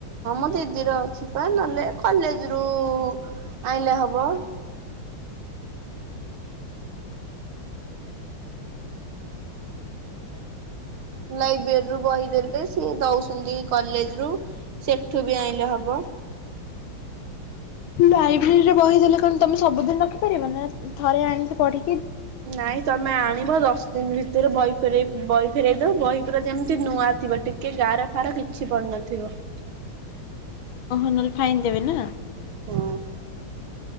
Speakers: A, on the right (about 80°); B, on the left (about 75°).
A: ହଁ ମୋ ଦିଦିର ଥିବ ନହେଲେ କଲେଜରୁ ଆଣିଲେ ହବ। ଲାଇବ୍ରେରୀରୁୁ ବହି ଦେଲେ, ସିଏ ଦଉଛନ୍ତି କଲେଜରୁ ସେଠୁ ବି ଆଇଁଲେ ହବ। <inaudible>
B: ଲାଇବ୍ରେରୀରେ ବହି ଦେଲେ କଣ ତମେ ସବୁଦିନ ରଖିପାରିବ? ନା ଥରେ ଆଣିକି ପଢ଼ି
A: ନାଇଁ ତମେ ଆଣିବ, ଦଶ ଦିନ ଭିତରେ ବହି ଫେରେଇ ବହି ଫେରଇ ଦବ, ବହି ପୁରା ଯେମିତି ନୂଆ ଥିବ ଟିକେ ଗାର ଫାର କିଛି ପଡିନଥିବ। <inaudible>
B: ଓ ହୋ ନହେଲେ ଫାଇନ୍ ଦେବେ ନା?
A: ହଁ।